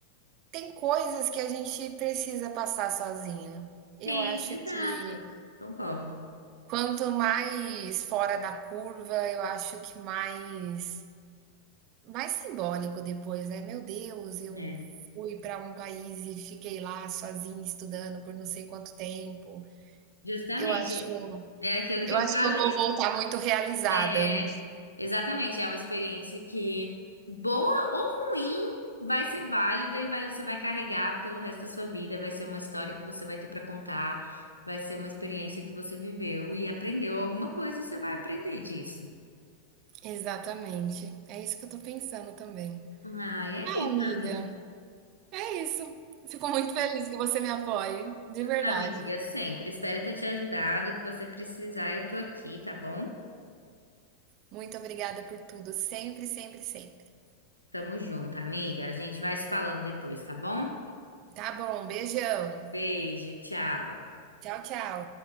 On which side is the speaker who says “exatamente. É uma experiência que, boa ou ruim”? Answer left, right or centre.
Left